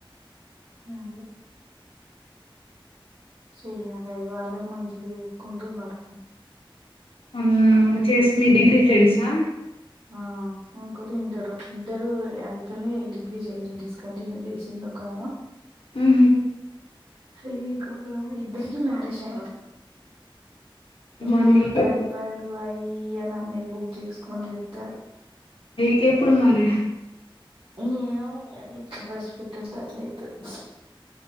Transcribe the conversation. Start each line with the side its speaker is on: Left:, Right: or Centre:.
Right: మ్ అవే చెయ్యాలి వాళ్ళు మంచిగా చేసుకుంటున్నారు
Left: మ్ చేేసి మీ డిగ్రీ ఫ్రెండ్సా
Right: ఆ ఇంకోటి ఇంటరు ఇంటరు అయిపోయిందే డిగ్రీ చేయాల డిస్కంటిన్యూ చేసింది ఒకామ
Left: ఊహు
Right: <unintelligible> ఇద్దరికి మ్యారేజ్ అయింది. నివలు
Left: మరి నీకెప్పుడు
Right: ట్రైపాడు ఐ ఈ అని అన్ని బుక్ చేసుకొని చెప్తారు
Left: నీకు ఎప్పుడు మరి
Right: ఏమో ఎట్ల రాసిపెట్టి ఉంటే అట్లయితది